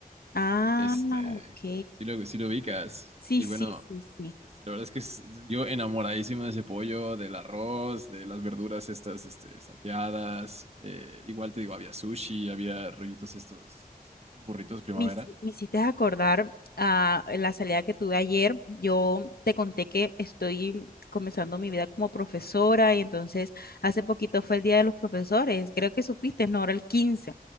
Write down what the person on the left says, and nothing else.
Ah,
ok.
Sí,
sí,
sí, sí.
Me, hici- me hiciste acordar a la salida que tuve ayer. Yo te conté que estoy comenzando mi vida como profesora y entonces hace poquito fue el Día de los Profesores, creo que supiste, no, era el quince